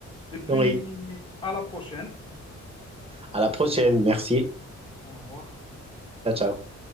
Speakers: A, on the left; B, on the right.
A: Et puis,
B: Oui,
A: à la prochaine.
B: à la prochaine. Merci.
A: Au revoir.
B: Ciao, ciao.